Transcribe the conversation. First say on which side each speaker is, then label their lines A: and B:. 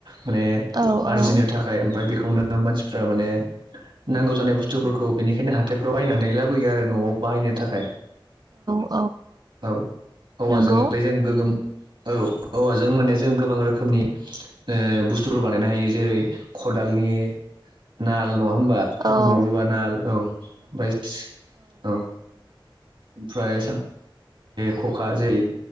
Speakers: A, on the right; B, on the right.
A: माने
B: औ औ
A: आरजिनो थाखाय ओमफफ्राय बेखौनो मानसिफ्रा माने नांगौ जानाय बुस्थुफोरखौ बेनिखायनो हाथायफ्राव बायनानै लाबोयो आरो न'आव बाहायनो थाखाय
B: औ
A: औ औवाजोंलै
B: नंगौ
A: जों गोगोम औ औ जों माने जों गोबां रोखोमनि ओ बुस्थुफोर बानायनो हायो जेरै खदालनि नाल नंङाम बा जखुनु
B: औ
A: रुवा नाल औ बाय औ ओमफ्राय खखा जैरै